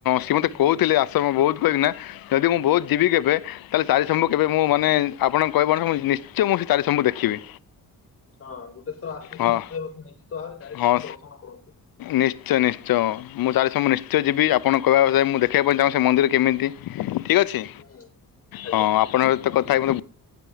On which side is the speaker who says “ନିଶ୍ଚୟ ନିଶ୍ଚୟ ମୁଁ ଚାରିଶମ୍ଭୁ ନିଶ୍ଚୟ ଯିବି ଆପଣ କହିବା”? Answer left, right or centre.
Left